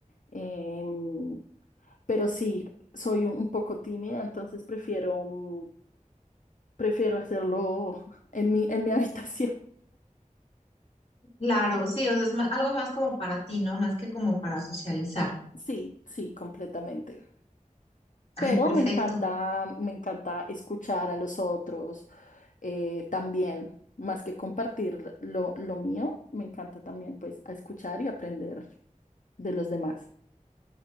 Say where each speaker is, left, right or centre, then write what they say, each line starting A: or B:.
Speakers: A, on the left; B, on the left.
A: Em, pero sí, soy un un poco tímida, entonces prefiero... mm, Prefiero hacerlo en mi, en mi <laughs> habitación.
B: Claro, sí, o sea, es ma- algo más como para ti, ¿no? Más que como para socializar.
A: Sí, sí, completamente.
B: Ay,
A: Pero
B: perfecto.
A: me encanta, me encanta escuchar a los otros eh, también, más que compartir lo, lo mío, me encanta también pues a escuchar y aprender de los demás.